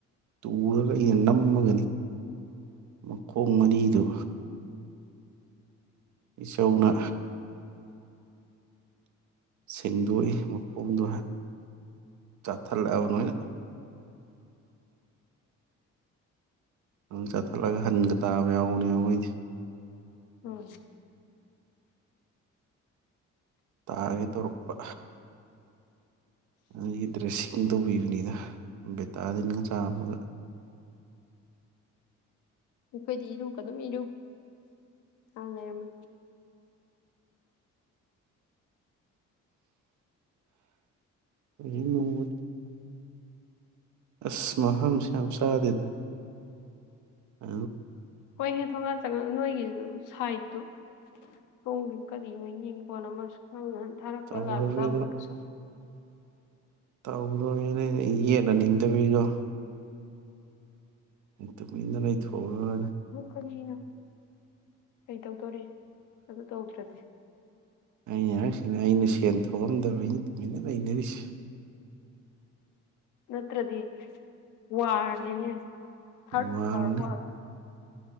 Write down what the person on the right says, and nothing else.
ꯇꯨꯔ ꯀ ꯅꯝꯃꯒꯅꯤ ꯃꯈꯣꯡ ꯃꯔꯤꯗꯨ ꯏꯆꯧꯅ ꯁꯦꯡꯗꯣꯛꯏ ꯍꯨꯝꯗꯣ ꯆꯥꯊꯠꯂꯛꯑꯕ ꯅꯣꯏꯅ ꯑꯗꯨꯝ ꯆꯠꯊꯠꯂꯒ ꯍꯟꯒ ꯇꯥꯕ ꯌꯥꯎꯕꯅꯦꯕ ꯃꯣꯏꯗꯤ
ꯇꯥꯒꯤ ꯇꯔꯄ ꯑꯩꯒꯤ ꯗ꯭ꯔꯦꯁꯤꯡ ꯇꯧꯕꯤꯕꯅꯤꯗ ꯕꯦꯇꯥꯂꯤꯟꯒ ꯆꯥꯕꯒ
ꯑꯩ ꯑꯁꯃꯍꯝ ꯁ꯭ꯝ ꯁꯥꯗꯤꯗ ꯑ
ꯇꯧꯔꯔꯣꯏ
ꯇꯧꯔꯣꯏꯅꯦ ꯏꯅꯅꯤꯡꯗꯕꯤꯒꯣ ꯇꯣꯏꯅꯅꯣꯏ ꯊꯣꯔ
ꯑ ꯑꯩꯅ ꯑꯩꯅ ꯁꯦꯟ ꯊꯣꯛꯑꯝꯗꯕ ꯑꯩꯅ ꯇꯨꯃꯤꯟꯅ ꯂꯩꯅꯔꯤꯁꯦ
ꯋꯥꯔꯅꯤ